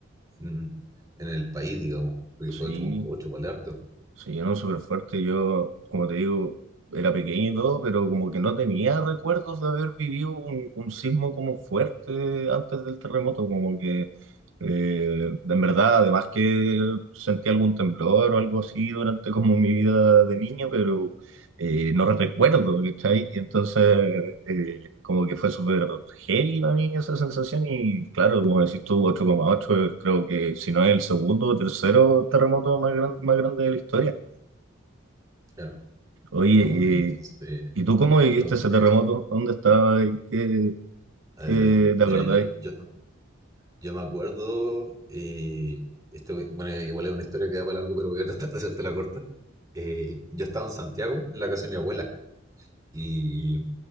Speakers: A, on the right; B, on the right.
A: en, en el país, digamos, porque
B: sí,
A: fue 8.8, igual es harto.
B: sí, no, súper fuerte. Yo, como te digo, era pequeño y todo, pero como que no tenía recuerdos de haber vivido un, un sismo como fuerte antes del terremoto, como que eh, en verdad, además que sentí algún temblor o algo así durante como mi vida de niño, pero eh, no recuerdo, ¿cachai? Y entonces, eh, como que fue súper heavy para mí esa sensación. Y claro, como decís tú, 8,8, es, creo que si no es el segundo o tercero terremoto más, gran- más grande de la historia.
A: Claro,
B: Oye,
A: no, entonces,
B: eh, ¿y tú
A: no,
B: cómo viviste
A: perdón,
B: ese
A: ¿qué me
B: terremoto?
A: dices
B: ¿Dónde estabas? ¿Qué,
A: A
B: qué
A: ver,
B: te
A: mira,
B: acordáis?
A: yo, yo, yo me acuerdo, eh, este, bueno, igual es una historia que da para largo, pero voy a tratar de hacerte la corta. Eh, yo estaba en Santiago, en la casa de mi abuela, y